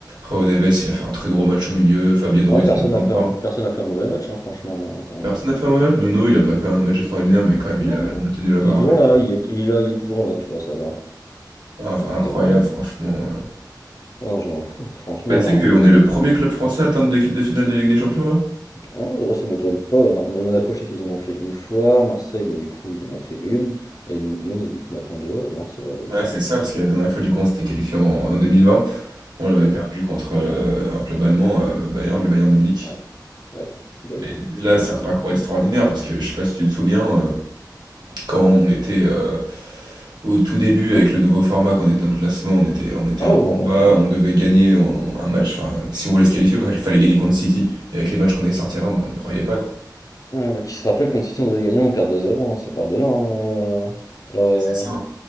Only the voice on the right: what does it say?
Joao Neves, il a fait un très gros match au milieu, Fabien
Ruiz,
on n'en parle
pas.
Personne n'a fait un mauvais match. Nuno, il a pas fait un match extraordinaire, mais quand même,
il a bien tenu la baraque.
Ah, enfin,
incroyable,
franchement. euh.
Bah, tu
sais qu'on est le premier club français à atteindre deux, deux finales de Ligue des Champions, là?
Ouais, c'est ça, parce que la dernière fois, du coup, on s'était qualifié en, en 2020. On l'avait
perdu contre euh, un club allemand, euh, Bayern, le Bayern de Munich.
Mais là,
c'est un parcours extraordinaire parce que je sais pas si tu te souviens, euh, quand on était euh, au tout début avec le nouveau format, qu'on était dans le classement, on était, on était
un
peu
en bas,
on devait gagner en- un match. Enfin, si on voulait se qualifier, il fallait gagner contre City. Et avec les matchs qu'on allait sortir, avant, ben, on n'y croyait pas, quoi.
C'est ça. hein.